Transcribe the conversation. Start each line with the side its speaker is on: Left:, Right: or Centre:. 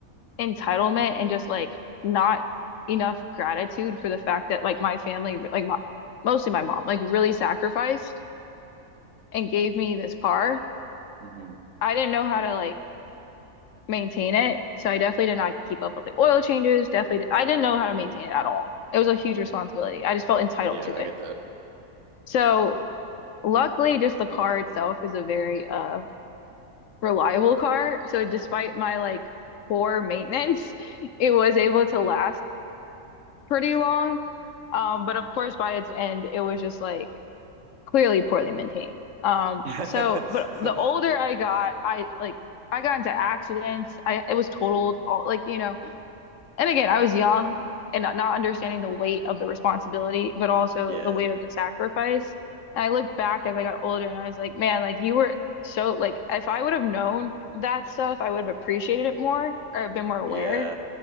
Left: entitlement and just like not enough gratitude for the fact that like my family like my, mostly my mom like really sacrificed and gave me this car.
Right: hmm
Left: I didn't know how to like maintain it, so I definitely did not keep up with like oil changes, definitely I didn't know how to maintain it at all. It was a huge responsibility. I just felt entitled
Right: Yeah,
Left: to
Right: I get
Left: it.
Right: that.
Left: So luckily just the car itself is a very uh reliable car. So despite my like poor maintenance, <laughs> it was able to last pretty long. Um, but of course, by its end, it was just like clearly poorly maintained. Um,
Right: <laughs>
Left: so, but the older I got, I like I got into accidents. I it was totaled all like you know. And again, I was young and not, not understanding the weight of the responsibility, but also
Right: Yeah.
Left: the weight of the sacrifice. And I looked back as I got older, and I was like, man, like you were so like if I would have known that stuff, I would have appreciated it more or been more aware.
Right: Yeah,